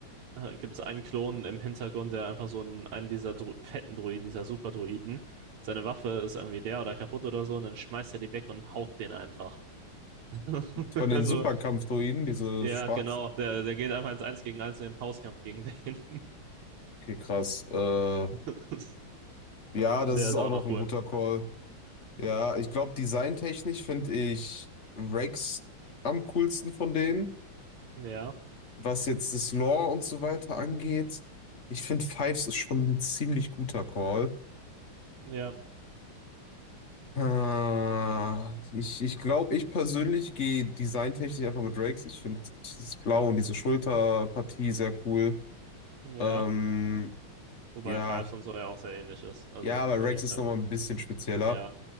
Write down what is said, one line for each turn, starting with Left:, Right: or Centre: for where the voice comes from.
Right: äh, gibt es einen Klon im Hintergrund, der einfach so einen, einen dieser Dro fetten Droiden, dieser Superdroiden, seine Waffe ist irgendwie leer oder kaputt oder so und dann schmeißt er die weg und haut den einfach. <laughs>
Left: von den
Right: Also,
Left: Superkampfdroiden, diese
Right: ja,
Left: schwarzen.
Right: genau, der, der geht einfach ins Eins gegen Eins in den Faustkampf gegen den.
Left: Okay, krass. Äh,
Right: <laughs>
Left: ja, das
Right: Der
Left: ist
Right: ist
Left: auch
Right: auch
Left: noch
Right: noch
Left: ein
Right: cool.
Left: guter Call. Ja, ich glaube, designtechnisch finde ich Rex am coolsten von denen.
Right: Ja,
Left: Was jetzt das Lore und so weiter angeht, ich finde Fives ist schon ein ziemlich guter Call.
Right: ja,
Left: Ah, ich ich glaube, ich persönlich gehe designtechnisch einfach mit Rex. Ich finde das Blau und diese Schulterpartie sehr cool.
Right: ja.
Left: Ähm,
Right: Wobei
Left: ja.
Right: Fives und so ja auch sehr ähnlich ist. Also
Left: Ja,
Right: die
Left: aber
Right: sind
Left: Rex
Right: ja
Left: ist
Right: Treffer.
Left: nochmal ein bisschen spezieller.
Right: Ja.